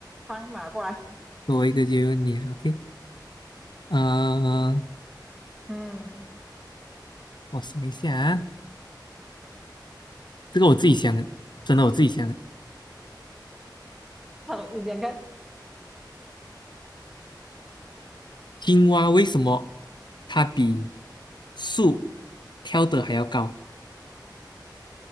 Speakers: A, in the centre; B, on the left.
A: 放马过来。
B: 多一个就有你了，OK，呃，
A: 嗯，
B: 我想一下啊，这个我自己想的，真的我自己想的。
A: 好，你讲看，
B: 青蛙为什么它比树跳得还要高？